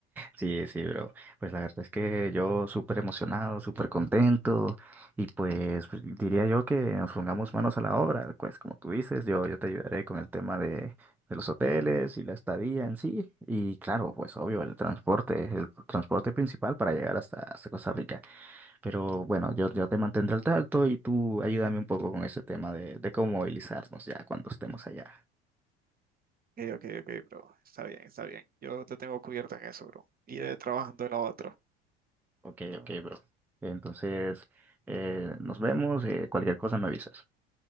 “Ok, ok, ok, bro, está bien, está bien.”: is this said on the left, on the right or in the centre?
Right